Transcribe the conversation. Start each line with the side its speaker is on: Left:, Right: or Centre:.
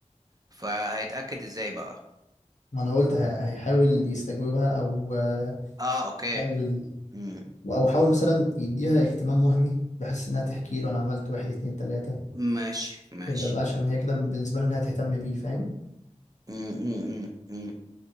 Right: فهيتأكد ازاي بقى
Left: ما انا قلت هي- هيحاول يستجوبها او آه،
Right: اه اوكي
Left: حاول
Right: مم.
Left: او حاول مثلا يديها اهتمام وهمي بحيث انها تحكي له انا عملت واحد اتنين تلاته
Right: ماشي ماشي
Left: يبدا بقى عشان هي كده بالنسبه له انها تهتم بيه فاهم
Right: مم، مم، مم، مم.